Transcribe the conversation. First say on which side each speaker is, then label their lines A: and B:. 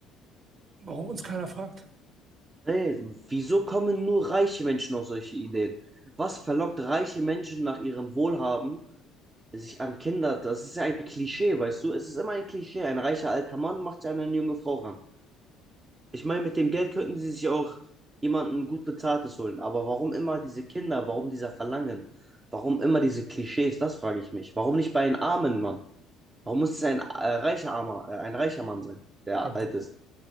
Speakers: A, on the right (about 40°); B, on the right (about 20°).
A: Warum uns keiner fragt?
B: Ey, wieso kommen nur reiche Menschen auf solche Ideen? Was verlockt reiche Menschen nach ihrem Wohlhaben, sich an Kinder? Das ist ja ein Klischee, weißt du? Es ist immer ein Klischee. Ein reicher alter Mann macht sich an eine junge Frau ran. Ich meine, mit dem Geld könnten sie sich auch jemanden gut Bezahltes holen. Aber warum immer diese Kinder? Warum dieser Verlangen? Warum immer diese Klischees? Das frage ich mich. Warum nicht bei einem armen Mann? Warum muss es ein äh, reicher armer, äh, ein reicher Mann sein, der
A: Ich glaube,
B: alt ist?